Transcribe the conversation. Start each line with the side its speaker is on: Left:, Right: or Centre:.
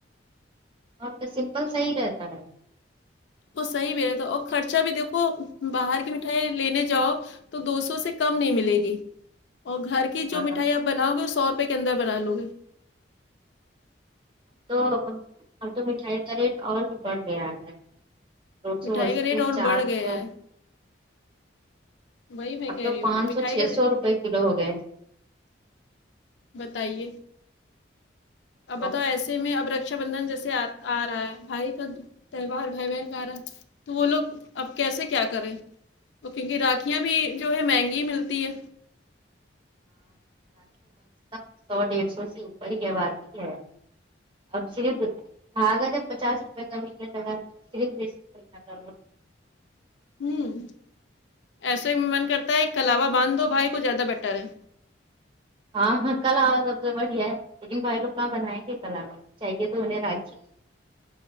Right: اور تو سمپل صحیح رہتا ہے
Left: وہ صحیح بھی رہتا اور خرچہ بھی دیکھو باہر کی مٹھائی لینے جاؤ تو دو سو سے کم نہیں ملے گی اور گھر کے
Right: ہاں
Left: جو مٹھائی آپ بناؤ گے سو روپے کے اندر بنا لو گے
Right: تو اب تو مٹھائی کا ریٹ اور بھی بڑھ گیا ہے دو
Left: مٹھائی
Right: سو اسی
Left: کا ریٹ اور
Right: چار
Left: بڑھ گیا
Right: سو
Left: ہے وہی میں
Right: اب
Left: کہہ
Right: تو
Left: رہی ہوں
Right: پانچ
Left: مٹھائی
Right: سو چھ
Left: کا
Right: سو روپے کلو ہو گئے
Left: بتائیے
Right: بہت
Left: اب بتاؤ
Right: مہنگا
Left: ایسے
Right: ہو
Left: میں
Right: گیا
Left: اب رکشا بندھن جیسے آ رہا ہے بھائی کا تہوار بھائی بہن کا ارہا تو وہ لوگ اب کیسے کیا کریں تو کیونکہ راکیاں بھی جو ہے مہنگی ہی ملتی ہے
Right: ہاں کم سے سو ڈیڑھ سو سے اوپر ہی آواتی ہے اب صرف دھاگا جب پچاس روپے کا ملنے لگا صرف <unintelligible>
Left: ہوں ایسے من کرتا ہے کلاوہ باندھ دو بھائی کو زیادہ بیٹر ہے
Right: ہاں ہاں کلاوہ سب سے بڑھیا ہے لیکن بھائی لوگ کہاں بنائیں گے کلا وہ چاہیے تو انہیں راکھی